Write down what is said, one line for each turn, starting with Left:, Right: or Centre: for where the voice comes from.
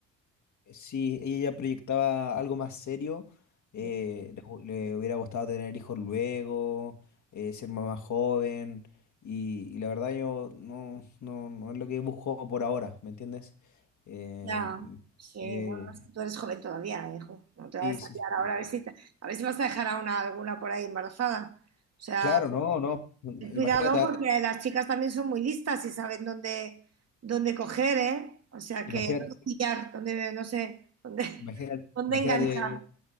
Left: eh, sí, ella ya proyectaba algo más serio, eh,
Right: Ah,
Left: le, hu- le hubiera gustado tener hijos luego, eh, ser mamá joven, y, y la verdad yo no, no, no es lo que busco por ahora, ¿me entiendes? Em,
Right: Ya, sí,
Left: que-
Right: no, no, es que tú eres joven todavía, hijo. No te vas
Left: Sí, sí,
Right: a liar
Left: sí. sí.
Right: ahora a ver si, te- a ver si vas a dejar a una, alguna por ahí embarazada. O sea,
Left: Claro, no, no.
Right: ten
Left: Imagínate,
Right: cuidado porque
Left: a-
Right: las chicas también son muy listas y saben dónde, dónde coger, ¿eh? O sea,
Left: imagínate,
Right: que dónde pillar, dónde, no sé, dónde,
Left: imagínate,
Right: <laughs> dónde
Left: imagínate,
Right: enganchar.